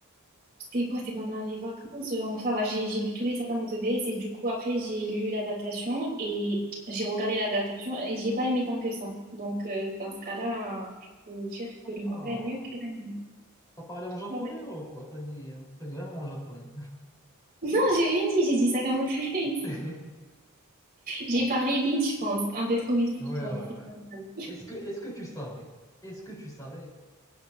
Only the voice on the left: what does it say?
Ah,
T'as parlé en japonais,
là, ou quoi? T'as dit un truc vraiment en japonais.
<laughs>
Ouais,
ouais,
ouais.
Est-ce que, est-ce que tu savais, est-ce que tu savais,